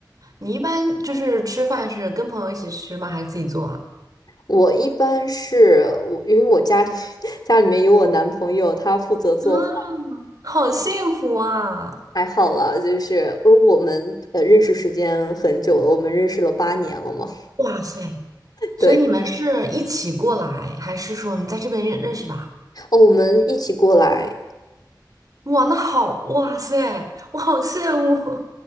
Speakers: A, on the right; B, on the left.
A: 你一般就是吃饭是跟朋友一起吃吗？还是自己做啊？
B: 我一般是我，因为我家里 <laughs> 家里面有我男朋友，他负责做饭，
A: 嗯，好幸福啊！
B: 还好啦，就是呃我们呃认识时间很久了，我们认识了八年了嘛，
A: 哇塞，
B: <laughs>
A: 所以你们是一起过来，
B: 对，
A: 还是说你在这边认认识的啊
B: 哦，我们一起过来。
A: 哇，那好，哇塞，我好羡慕。